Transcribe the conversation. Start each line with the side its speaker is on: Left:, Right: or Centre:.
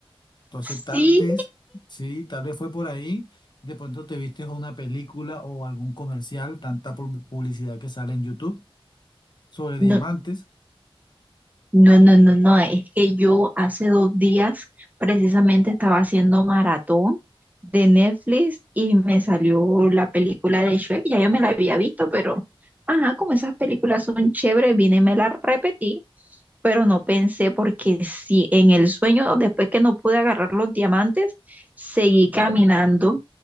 Left: Entonces,
Right: Sí,
Left: tal vez, sí, tal vez fue por ahí. De pronto te viste una película o algún comercial, tanta pub- publicidad que sale en YouTube sobre diamantes.
Right: no, No, no, no, no, es que yo hace dos días precisamente estaba haciendo maratón de Netflix y me salió la película de Shrek, ya yo me la había visto, pero, ajá, como esas películas son chéveres, vine y me las repetí, pero no pensé porque si en el sueño, después que no pude agarrar los diamantes, seguí caminando